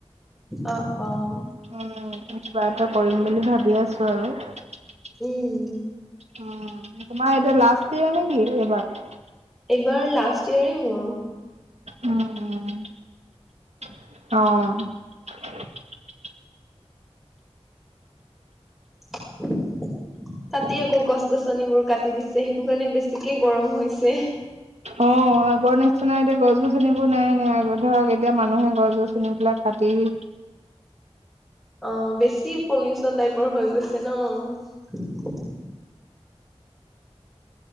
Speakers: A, in the centre; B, on the right (about 80°).
A: অ' অ'।
B: উম কিবা এটা কৰিম বুলি ভাবি আছোঁ আৰু।
A: উম।
B: উম তোমাৰ এতিয়া লাষ্ট ইয়াৰ নেকি এইবাৰ?
A: এইবাৰ লাষ্ট ইয়েৰে মোৰ।
B: উম অম <inaudible> অ'
A: <inaudible> তাতে আকৌ গছ গছনিবোৰ কাটি দিছে। সেইটো কাৰণে বেছিকে গৰম হৈছে।
B: অ' আগৰ নিচিনা এতিয়া গছ গছনিবোৰ নাই নাই। আগত ধৰক এতিয়া মানুহে গছ গছন বিলাক কাটি। উ
A: অ' বেছি পলিউচন টাইপৰ হৈ গৈছে ন?